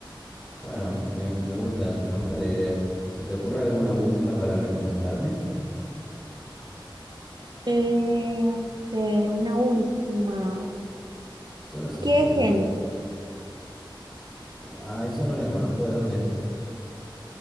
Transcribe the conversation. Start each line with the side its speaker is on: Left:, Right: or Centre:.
Centre: Bueno, me, me gusta, me gusta la idea. ¿Se te ocurre alguna última para recomendarme?
Right: Eh, a ver, una última.
Centre: Solo si
Right: ¿Qué
Centre: se te ocurre.
Right: género?
Centre: Ah, esa no la conozco, ¿de dónde es?